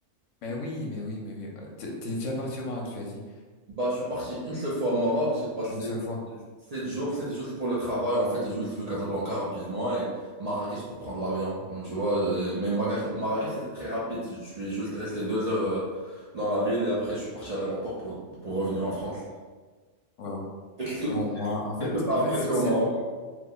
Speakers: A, on the left; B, on the right.
A: Mais oui, mais oui, mais oui. Euh, T'es t'es déjà parti au Maroc, tu as dit,
B: Bah, je suis parti une seule fois au Maroc. J'ai passé
A: une seule fois.
B: sept jours. C'était juste pour le travail. En fait, j'ai juste vu Casablanca rapidement et Marrakech pour prendre l'avion. Donc, Tu vois, euh, mais Marrakech, Marrakech, c'était très rapide. Je suis juste resté deux heures euh, dans la ville et après, je suis parti à l'aéroport pour, pour revenir en France.
A: Waouh.
B: Et Qu'est-ce que
A: Non, moi, en fait,
B: qu'est-ce que t'as
A: en
B: apprécié
A: fait, c'est
B: au
A: c'est
B: Maroc?
A: un...